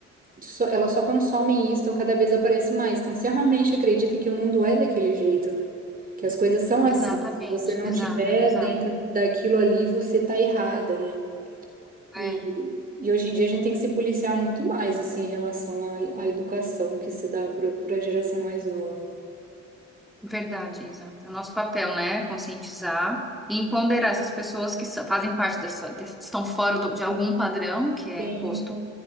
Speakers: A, on the right; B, in the centre.
A: só, elas só consomem isso, então cada vez aparece mais. Então, você realmente acredita que o mundo é daquele jeito, né? Que as coisas são assim.
B: exatamente,
A: Se você não
B: exato,
A: tiver
B: exato.
A: dentro daquilo ali, você tá errado, né?
B: É
A: E, e hoje em dia a gente tem que se policiar muito mais, assim, em relação à, à educação que se dá para a geração mais nova.
B: verdade, Isa. É o nosso papel, né? Conscientizar e empoderar essas pessoas que sa- fazem parte dessa, desse- estão fora do- de algum padrão que é
A: Tem
B: imposto